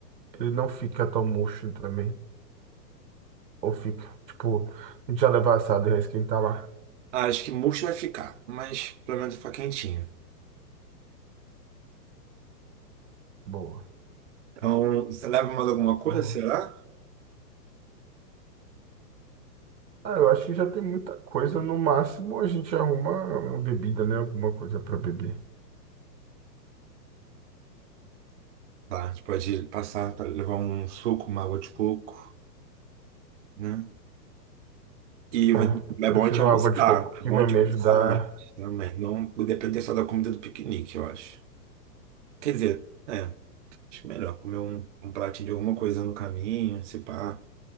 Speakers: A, on the right (about 80°); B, on the right (about 50°).
A: ele não fica tão murcho também. Ou fica, tipo, a gente já levar assado e já esquentar lá.
B: Acho que murcho vai ficar, mas pelo menos vai ficar quentinho.
A: Boa.
B: Então, você leva mais alguma coisa,
A: Boa.
B: será?
A: Ah, eu acho que já tem muita coisa. No máximo, a gente arruma uma bebida, né? Alguma coisa para beber.
B: Tá, a gente pode passar, pra levar um suco, uma água de coco, né? E
A: É,
B: vai-
A: eu
B: é
A: prefiro
B: bom a gente almoçar,
A: uma água de coco que
B: é bom
A: vai
B: a gente
A: me
B: almoçar
A: ajudar.
B: antes também. Não depender só da comida do piquenique, eu acho. Quer dizer, é, acho que é melhor comer um, um pratinho de alguma coisa no caminho, se pá.